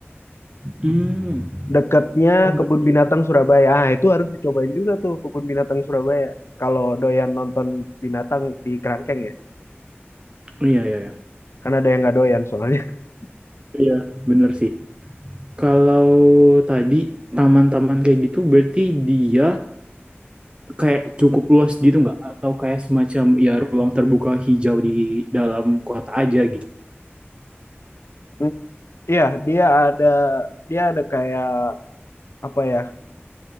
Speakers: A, on the right; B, on the left.
A: Hmm.
B: Dekatnya
A: Oh,
B: Kebun
A: berarti.
B: Binatang Surabaya. Ah, itu harus dicobain juga tuh Kebun Binatang Surabaya. Kalau doyan nonton binatang di kerangkeng ya.
A: Iya, iya, iya.
B: Karena ada yang nggak doyan soalnya. <laughs>
A: Iya, bener sih. Kalau tadi taman-taman kayak gitu berarti dia kayak cukup luas gitu nggak? Atau kayak semacam ya ruang terbuka hijau di dalam kota aja gitu?
B: Hmm, Iya, dia ada dia ada kayak apa ya?